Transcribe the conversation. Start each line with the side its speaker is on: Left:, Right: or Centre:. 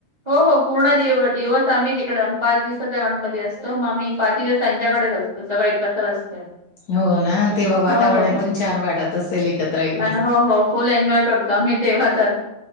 Right: हो हो पूर्ण दिव दिवस आम्ही तिकडं पाच दिवसाचा गणपती असतो मग. आम्ही पाचही दिवस त्यांच्याकडेच असतो सगळे एकत्र असतात.
Left: हो ना
Right: हो
Left: तेव्हा वातावरण
Right: हो
Left: एकदम छान वाटत असेल एकत्र येऊन
Right: हो हो हो फुल एन्जॉय करतो. आम्ही तेव्हा तर